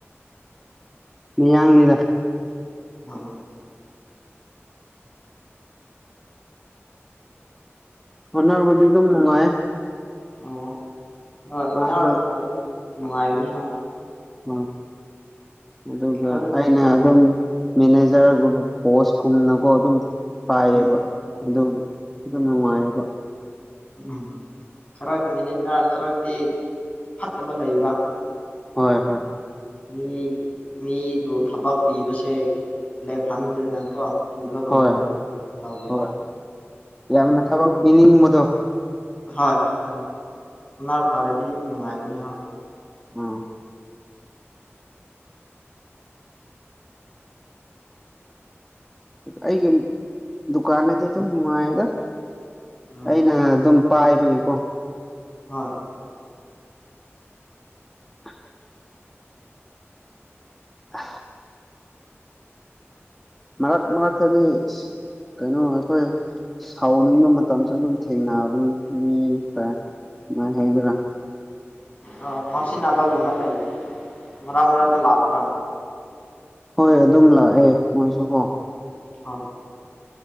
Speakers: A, in the centre; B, on the left (about 30°).
A: ꯃꯤꯌꯥꯡꯅꯤꯗ
B: ꯑꯥ
A: ꯍꯣꯠꯅꯔꯔꯕꯗꯤ ꯑꯗꯨꯝ ꯅꯨꯡꯉꯥꯏ
B: ꯑꯣ ꯍꯣꯏ
A: ꯃꯥꯁꯨ
B: ꯑꯣ ꯐꯥꯔꯗꯤ ꯅꯨꯡꯉꯥꯏꯒꯅꯤꯍ
A: ꯎꯝ ꯑꯗꯨꯒ
B: ꯈꯔ
A: ꯑꯩꯅ ꯑꯗꯨꯝ ꯃꯦꯅꯦꯖꯔꯒꯨꯝꯕ ꯄꯣꯁꯀꯨꯝꯅꯒꯣ ꯑꯗꯨꯝ ꯄꯥꯏꯌꯦꯕ
B: ꯎꯝ
A: ꯑꯗꯨ ꯑꯗꯨꯒꯤꯝ ꯅꯨꯡꯉꯥꯏꯌꯦꯕ
B: ꯎꯝ ꯈꯔ ꯃꯦꯅꯦꯖꯥ ꯈꯔꯛꯇꯤ ꯐꯠꯇꯕ ꯂꯩꯕ
A: ꯍꯣꯏ ꯍꯣꯏ
B: ꯃꯤ ꯃꯤꯗꯨ ꯊꯕꯛ ꯄꯤꯕꯁꯦ ꯂꯦꯞꯍꯟꯗꯅꯀꯣ ꯏꯕꯒꯨꯝꯕ
A: ꯍꯣꯏ
B: ꯂꯩꯕ ꯇꯅꯦ
A: ꯍꯣꯏ ꯌꯥꯝꯅ ꯊꯕꯛ ꯏꯅꯤꯡꯕꯗꯣ
B: ꯍꯣꯏ ꯃꯥꯅꯤ ꯑꯗꯨꯅꯥ ꯐꯔꯗꯤ ꯅꯨꯡꯉꯥꯏꯒꯅꯤ
A: ꯑ ꯑꯩꯒꯤ ꯗꯨꯀꯥꯟ ꯅꯗꯤ ꯑꯗꯨꯝ ꯅꯨꯡꯉꯥꯏꯗ
B: ꯎꯝ
A: ꯑꯩꯅ ꯑꯗꯨꯝ ꯄꯥꯏꯕꯒꯤꯀꯣ
B: ꯍꯣꯏ
A: ꯍ ꯑ ꯃꯔꯛ ꯃꯔꯛꯇꯗꯤ ꯀꯩꯅꯣ ꯑꯩꯈꯣꯏ ꯁꯥꯎꯅꯤꯡꯕ ꯃꯇꯝꯁꯨ ꯑꯗꯨꯝ ꯊꯦꯡꯅꯕꯅꯤ ꯃꯤ ꯍꯩꯕ꯭ꯔ
B: ꯑ ꯉꯥꯎꯁꯤꯅꯕꯒꯨꯝꯕ ꯂꯩ ꯃꯔꯥꯛ ꯃꯔꯥꯛꯗ ꯂꯥꯛꯄ꯭ꯔꯥ
A: ꯍꯣꯏ ꯑꯗꯨꯝ ꯂꯥꯛꯑꯦ ꯃꯣꯏꯁꯨ ꯀꯣ
B: ꯍꯥꯎ